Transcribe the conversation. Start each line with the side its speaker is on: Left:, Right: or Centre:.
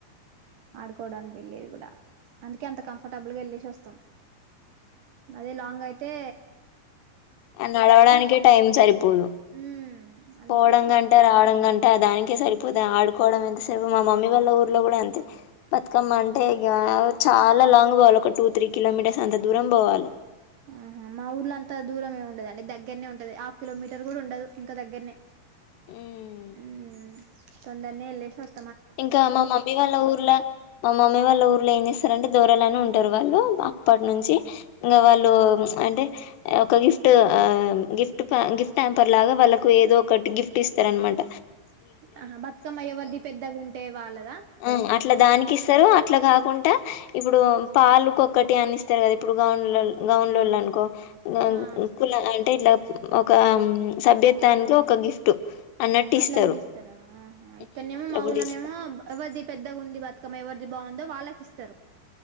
Right: ఆడుకోడానికి వెళ్లేది కూడా అందుకే అంత కంఫర్టబుల్ గా వెళ్లేేసి వస్తాం అదే లాంగ్ అయిత్ తే
Left: అండ్ నడవడానికే టైం సరిపోదు.
Right: ఉమ్ అందుకే
Left: పోవడం గంట, రావడం గంట దానికే సరిపోయిన ఆడు కోవడం ఎంతసేపు మా మమ్మీ వాళ్ళ ఊర్లో కూడా అంతే బతుకమ్మ అంటే, ఇగ చాలా లాంగ్ పోవాలి. ఒక టూ, త్రీ కిలోమీటర్స్ అంత దూరం పోవాలి.
Right: ఆహా మా ఊర్లో అంత దూరం ఏమి ఉండదు అండి. దగ్గరనే ఉంటది. హాఫ్ కిలోమీటర్ కూడా ఉండదు. ఇంకా దగ్గరనే
Left: ఉమ్.
Right: ఉహు తొందరనే లెసస్
Left: ఇంకా మా మమ్మీ వాళ్ళ ఊర్ల మా మమ్మీ వాళ్ళ ఊర్లో ఏం చేస్తారంటే దూరాలని ఉం టర్ వాళ్ల్ మ అప్పటి నుంచి ఇంకా వాళ్ళు అంటే ఒక గిఫ్ట్ ఆ గిఫ్ట్ గిఫ్ట్ హంపర్ లాగా వాళ్ళకు ఏదో ఒకటి గిఫ్ట్ ఇస్తరనమాట.
Right: ఆహా బతుకమ్మ ఎవర్ది పెద్ద గుం వాళ్ళదా
Left: ఉమ్ అట్లా దానికి ఇస్తరు. అట్లా కాకుండా ఇప్పుడు పాలు కొక్కటి అని ఇస్తరు కదా ఇప్పుడు గౌన్ల గౌన్లోళ్లు అనుకో ఇంక
Right: ఆ
Left: కులా అంటే ఇట్లా ఒక సభ్యత్వానికి ఒక గిఫ్ట్ అన్నట్టు
Right: అట్లా
Left: ఇస్తారు
Right: కూడా ఇస్తారా ఆహా ఇక్కడనేమో
Left: ఉమ్, అట్లా
Right: మాఊలోనేమో
Left: కూడా ఇస్
Right: ఎవరిది పెద్దగుంది బతుకమ్మ ఎవరిది బాగుందో వాళ్ళకి ఇస్తరు.